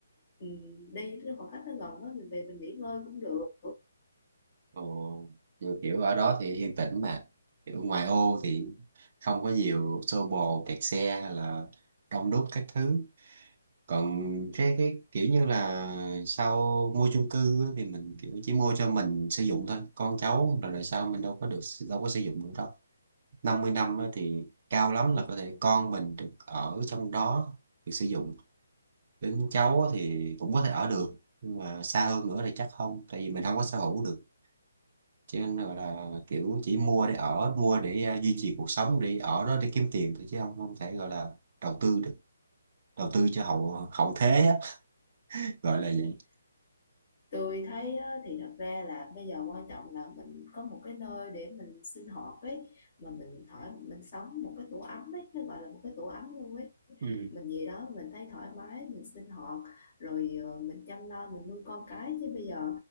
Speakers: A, on the left; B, on the right.
A: ừ, đi nó khoảng cách nó gần đó mình về mình nghỉ ngơi cũng được
B: Ồ. Rồi kiểu ở đó thì yên tĩnh mà kiểu ngoài ô thì không có nhiều xô bồ kẹt xe hay là đông đúc các thứ còn cái cái kiểu như là sau mua chung cư á, thì mình kiểu chỉ mua cho mình sử dụng thôi con cháu rồi đời sau mình đâu có được đâu có sử dụng được đâu năm mươi năm á, thì cao lắm là có thể con mình được ở trong đó được sử dụng đến cháu á thì cũng có thể ở được nhưng mà xa hơn nữa thì chắc không tại vì mình không có sở hữu được cho nên gọi là kiểu chỉ mua để ở mua để à, duy trì cuộc sống để ở đó để kiếm tiền thôi chứ không không thể gọi là đầu tư được đầu tư cho hậu hậu thế á, <laughs> gọi là vậy
A: Tôi thấy á, thì thật ra là bây giờ quan trọng là mình có một cái nơi để mình sinh hoạt ấy mà mình thoải mình sống một cái tổ ấm ấy nó gọi là một cái tổ ấm luôn ấy
B: Ừ.
A: mình về đó mình thấy thoải mái mình sinh hoạt rồi ờ, mình chăm lo mình nuôi con cái chứ bây giờ